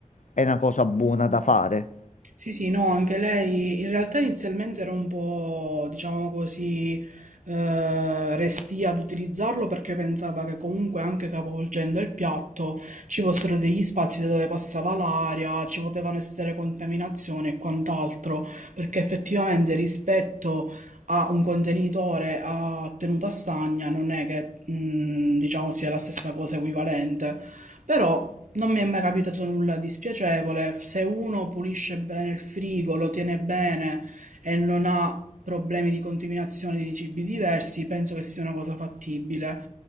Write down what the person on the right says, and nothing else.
sì, sì, no, anche lei in realtà inizialmente era un po', diciamo così, eh, restia ad utilizzarlo perché pensava che comunque anche capovolgendo il piatto ci fossero degli spazi da dove passava l'aria, ci potevano essere contaminazioni e quant'altro, perché effettivamente rispetto a un contenitore a tenuta stagna non è che mh, diciamo sia la stessa cosa equivalente, però non mi è mai capitato nulla di spiacevole. Se uno pulisce bene il frigo, lo tiene bene e non ha problemi di contaminazione di cibi diversi, penso che sia una cosa fattibile.